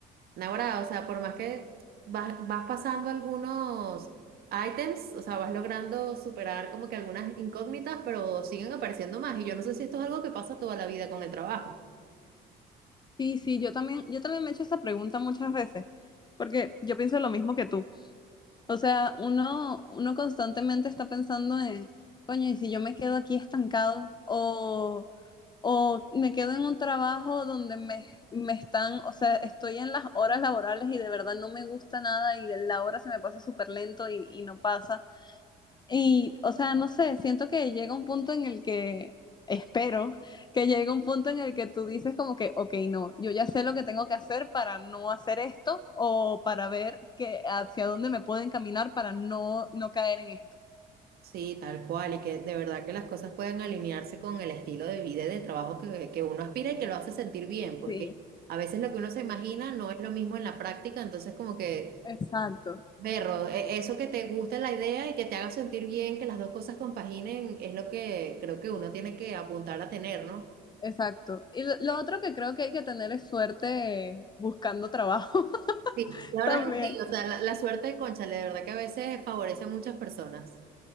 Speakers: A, on the right (about 65°); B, on the left (about 25°).
A: Naguará, o sea, por más que vas, vas pasando algunos items, o sea, vas logrando superar como que algunas incógnitas, pero siguen apareciendo más. Y yo no sé si esto es algo que pasa toda la vida con el trabajo.
B: Sí, sí, yo también, yo también me he hecho esa pregunta muchas veces, porque yo pienso lo mismo que tú. O sea, uno, uno constantemente está pensando en, coño, ¿y si yo me quedo aquí estancado? O, o me quedo en un trabajo donde me, me están, o sea, estoy en las horas laborales y de verdad no me gusta nada y la hora se me pasa súper lento y, y no pasa. Y, o sea, no sé, siento que llega un punto en el que, espero, que llegue un punto en el que tú dices como que, ok, no, yo ya sé lo que tengo que hacer para no hacer esto o para ver que hacia dónde me puedo encaminar para no, no caer en esto.
A: Sí, tal cual, y que de verdad que las cosas puedan alinearse con el estilo de vida y de trabajo que, que uno aspira y que lo hace sentir bien, porque
B: Sí.
A: a veces lo que uno se imagina no es lo mismo en la práctica, entonces como que...
B: Exacto,
A: Berro, e- eso que te guste la idea y que te haga sentir bien, que las dos cosas compaginen, es lo que creo que uno tiene que apuntar a tener, ¿no?
B: exacto. Y lo, lo otro que creo que hay que tener es suerte buscando trabajo <laughs>
A: Sí. La verdad
B: también.
A: que sí, o sea, la, la suerte de Cónchale, de verdad que a veces favorece a muchas personas.